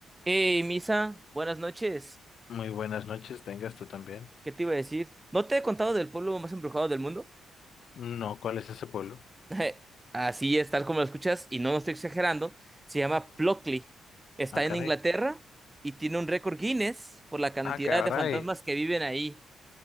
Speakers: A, on the right; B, on the left.
A: Hey, Misa, buenas noches.
B: Muy buenas noches, tengas tú también.
A: ¿Qué te iba a decir? ¿No te he contado del pueblo más embrujado del mundo?
B: No, ¿cuál es ese pueblo?
A: <laughs> Así es, tal como lo escuchas, y no lo estoy exagerando. Se llama Plockley. Está
B: Ah, caray.
A: en Inglaterra y tiene un récord Guinness por la cantidad
B: Ah, caray.
A: de fantasmas que viven ahí.